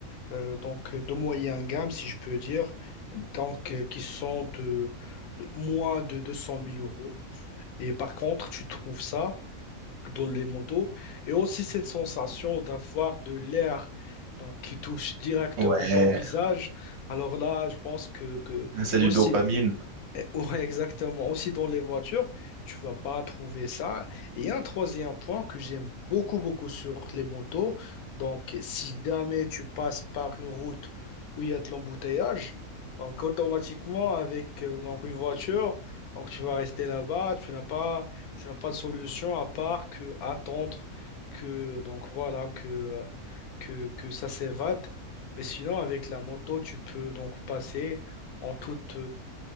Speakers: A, on the left (about 80°); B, on the right (about 55°).
A: euh, donc de moyenne gamme si je peux dire donc euh, qui sont de, de moins de 200 000 euros et par contre tu trouves ça dans les motos et aussi cette sensation d'avoir de l'air donc qui touche directement
B: ouais,
A: ton visage alors là je pense que que
B: c'est
A: aussi
B: du dopamine.
A: eh, Ouais, exactement. Aussi dans les voitures, tu vas pas trouver ça. Et un troisième point que j'aime beaucoup, beaucoup sur les motos. Donc, si jamais tu passes par une route où il y a de l'embouteillage, donc automatiquement avec euh, donc une voiture, donc tu vas rester là-bas. Tu n'as pas, tu n'as pas de solution à part que attendre que donc voilà que euh, que, que ça s'évade. Mais sinon, avec la moto, tu peux donc passer en toute,